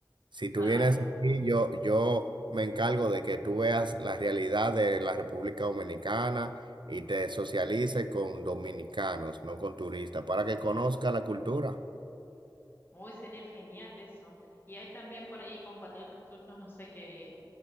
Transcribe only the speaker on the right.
Si tú
vienes aquí, yo, yo me encargo de que tú veas la realidad de la República Dominicana y te socialices con dominicanos, no con turistas, para que conozca la cultura.